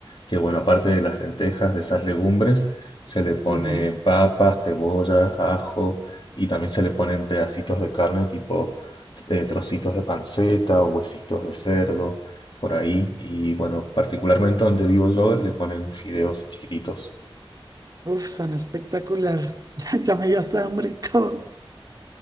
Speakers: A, on the left (about 60°); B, on the right (about 40°).
A: que bueno, aparte de las lentejas, de esas legumbres, se le ponen
B: ujú.
A: papas, cebolla, ajo y también se le ponen pedacitos de carne tipo eh, trocitos de panceta o huesitos de cerdo por ahí. Y bueno, particularmente donde vivo yo le ponen fideos chiquititos.
B: Uf, suena espectacular. <laughs> Ya, ya me dio hasta hambre y todo.